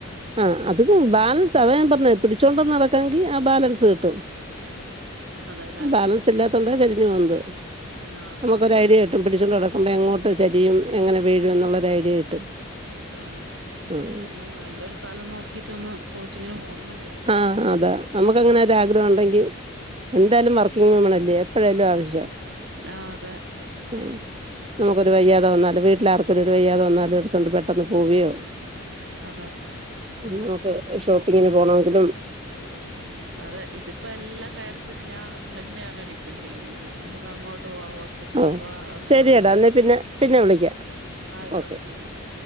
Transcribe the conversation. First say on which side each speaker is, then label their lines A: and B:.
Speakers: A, on the right (about 25°); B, on the right (about 55°).
A: ആഹ് അത് ബാലൻസ് അതാ ഞാൻ പർഞ്ഞെ പിടിച്ചോണ്ടന്ന് നടക്കാങ്കി ആ ബാലൻസ് കിട്ടും.
B: അതെല്ലേ
A: ബാലൻസ് ഇല്ലാത്തോണ്ട ചെരിഞ്ഞു പോവുന്നത്
B: ആഹ്
A: നമുക്കൊരു
B: ആഹ്
A: ഐഡിയ പിടിച്ചുണ്ട് നടക്കുമ്പോ എങ്ങോട്ട് ചെരിയും എങ്ങനെ വീഴും എന്നുള്ളൊരു ഐഡിയ കിട്ടും.
B: ആഹ്
A: ഉം
B: ഞാന്ന് നല്ലൊരു സ്ഥലം നോക്കിട്ട് ഒന്ന് കോച്ചിങ്ങിന് പോണംന്ന് വിചാ
A: ആഹ് അതാ നമുക്ക് അങ്ങനെ ഒരു ആഗ്രഹം ഉണ്ടെങ്കി എന്തായാലും വർക്കിംഗ് വിമണല്ലേ എപ്പഴായാലും ആവശ്യ
B: ആഹ് അതെ.
A: ഉം നമുക്ക് ഒരു വയ്യാതെ വന്നാലും വീട്ടിലാർക്കും ഒരു വയ്യാതെ വന്നാലും തോണ്ട് പെട്ടെന്ന് പോവ്യോ
B: അതെ
A: നമുക്ക് ഷോപ്പിങ്ങിന് പോണോ തിലും
B: അതെ ഇതിപ്പോ എല്ലാ കാര്യത്തിനും ഞാൻ ഹസ്ബൻഡിനെയാണ് ഡിപ്പെന്റ് ചെയ്യുന്നത് നമുക്ക് അങ്ങോട്ട് പോവ ഹോസ് ഹോസ്പിറ്റലി
A: ആഹ്
B: പോവാ അങ്ങോ
A: ശരിയെടാ
B: പിന്നെ
A: എന്നാ പിന്നെ വിളിക്കാം
B: ആയിക്കോട്ടെ
A: ഓക്കെ
B: ശരി എന്നാ.